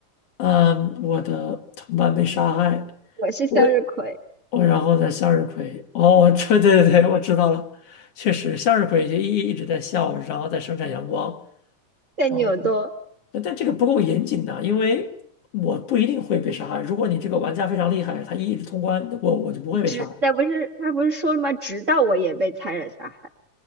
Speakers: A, on the left; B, on the right.
A: 嗯，我的同伴被杀害，
B: 我是向日葵，
A: 我我然后呢，向日葵，哦，这对对对，我知道了，确实，向日葵就一一直在笑，然后在生产阳光，
B: 在扭动，
A: 然后但但这个不够严谨的，因为我不一定会被杀害。如果你这个玩家非常厉害，他一直通关，我我就不会被杀害，
B: 直，但不是他不是说了吗？直到我也被残忍杀害